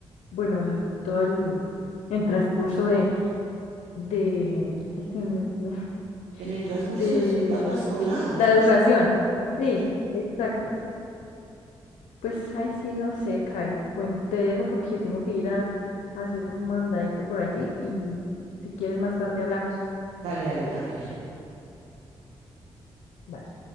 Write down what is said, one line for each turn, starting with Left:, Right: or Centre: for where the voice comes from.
Left: bueno, el- todo el, el transcurso de, de, ay, se me olvidó,
Right: En el transcurso
Left: de
Right: de su etapa escolar.
Left: la educación. Sí, exacto. Pues, ay, sí, no sé, Cari. Bueno, te dejo porque tengo que ir a, a hacer un mandadito por allí y si quieres más tarde hablamos.
Right: Dale, dale, tranquila.
Left: Bye.